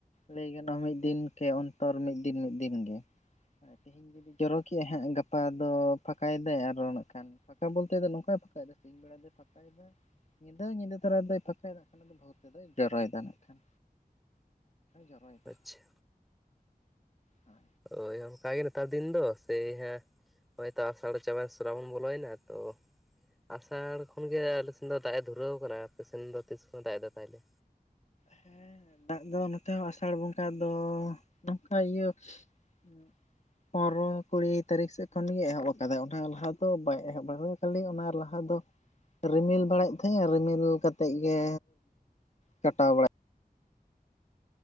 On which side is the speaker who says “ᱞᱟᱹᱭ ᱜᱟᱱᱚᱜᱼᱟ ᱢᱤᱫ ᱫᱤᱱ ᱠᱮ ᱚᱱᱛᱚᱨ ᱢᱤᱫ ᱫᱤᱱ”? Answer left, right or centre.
Left